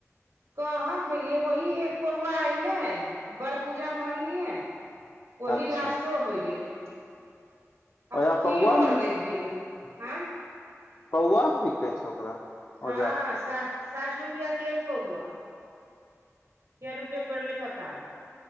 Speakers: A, on the right; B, on the left.
A: कहाँ खेलियै वही एक पौआ ऐले बड़ पूजा में मंगेलियए ओही
B: अच्छा
A: लास्टो हो गेलै अब
B: ओजा
A: कीड़ो
B: पौआ
A: और
B: मे
A: लग गेले। आँए।
B: पौवा में बिकै छै ओकरा।
A: हाँ
B: ओजा
A: सा साठ रुपया के एक पौवा। के रुपे पड़ले पता ने।